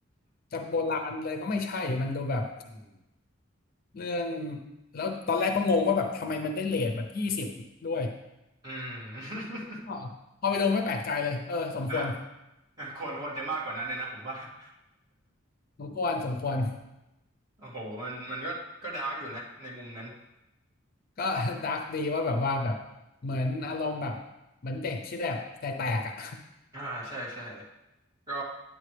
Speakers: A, on the left; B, on the right.
A: จะโบราณเลยก็ไม่ใช่มันดูแบบ
B: อืม
A: เรื่องแล้วตอนแรกก็งงว่าแบบทำไมมันได้เรทแบบยี่สิบด้วย
B: อืม
A: อ๋อพอไปดูไม่แปลกใจเลยเออสมควร
B: <laughs> อ่าควรควรจะมากกว่านั้นเลยนะผมว่า <laughs>
A: สมควรสมควร
B: โอ้โหมันมันก็ก็ดาร์กอยู่นะในมุมนั้น
A: ก็ <laughs> ดาร์กดีว่าแบบว่าแบบเหมือนอารมณ์แบบเหมือนเด็กที่แบบแตกแตกอ่ะ
B: อ่าใช่ใช่ ก็